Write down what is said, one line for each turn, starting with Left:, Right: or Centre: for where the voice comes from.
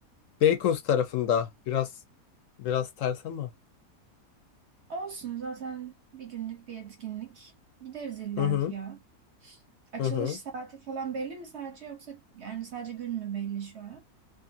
Left: Beykoz tarafında biraz biraz ters ama.
Right: Olsun zaten bir günlük bir etkinlik. Gideriz illaki
Left: Hı hı.
Right: ya. Açılış
Left: Hı hı.
Right: saati falan belli mi sadece yoksa yani sadece gün mü belli şu an?